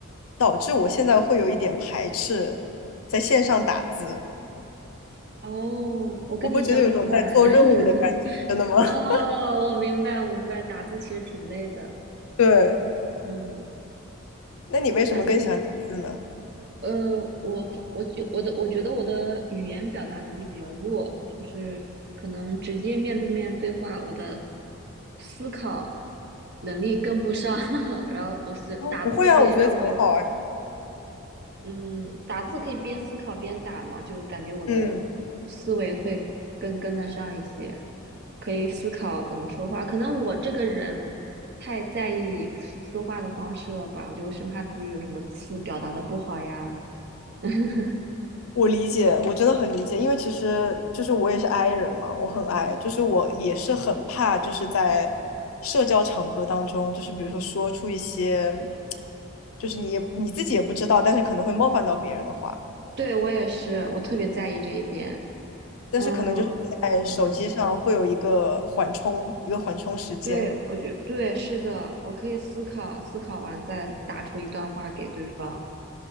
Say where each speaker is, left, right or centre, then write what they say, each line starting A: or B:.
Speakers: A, on the left (about 80°); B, on the right (about 50°).
A: 导致我现在会有一点排斥在线上打字，
B: 哦，我跟你相反。
A: 我会觉得有一种在做任务的感觉，
B: <laughs>
A: 真的吗？<laughs>
B: 哦，我明白，我明白，打字其实挺累的。
A: 对，
B: 嗯，
A: 那你为什么更喜欢打字呢？
B: 而且呃，我发我就我的我觉得我的语言表达能力比较弱，就是可能直接面对面对话，我的思考能力跟不上，<laughs> 然后我是打字可以让我有
A: 哦，不会啊，我觉得很好啊。
B: 嗯，打字可以边思考边打嘛，就感觉我的思维会更跟得上一些，
A: 嗯，
B: 可以思考怎么说话。可能我这个人太在意说话的方式了吧，我就生怕自己有什么词表达的不好呀。<laughs>
A: 我理解，我真的很理解，因为其实就是我也是 I 人嘛，我很 I，就是我也是很怕，就是在社交场合当中，就是比如说说出一些，就是你也你自己也不知道，但是可能会冒犯到别人的话，
B: 对，我也是，我特别在意这一点。
A: 但是可能就是在手机上会有一个缓冲，
B: 嗯、嗯，
A: 一个缓冲时间。
B: 对，我觉对，是的，我可以思考，思考完再打出一段话给对方。